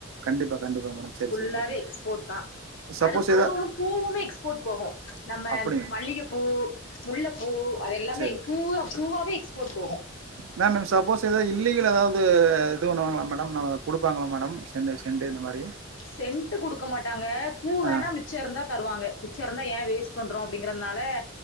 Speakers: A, on the right; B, on the left.
A: கண்டிப்பா கண்டிப்பா மேடம் சரி
B: ஃபுல்லாவே
A: சரி மேடம்
B: எக்ஸ்போர்ட்தா.
A: சப்போஸ்
B: அது
A: எதா
B: அதுவுமு பூவுமே எக்ஸ்போர்ட் போகு. நம்ம
A: அப்படியா
B: மல்லிகப்பூ, முல்லப்பூ அது எல்லாமே
A: சரி
B: பூவாவே எக்ஸ்போர்ட் போகு
A: மேம் இப்ப சப்போஸ் எதாவது இல்லீகலா எதாவது இது பண்ணுவாங்களா மேடம் ந குடுப்பாங்களா மேடம் சென்டு சென்டு இந்த மாரி
B: சென்ட்டு குடுக்க மாட்டாங்க. பூ
A: ஆ
B: வேண்ணா மிச்சோ இருந்தா தருவாங்க. மி ச்ச இருந்தா யேன் வேஸ்ட் பண்றோ அப்டிங்கறதுனால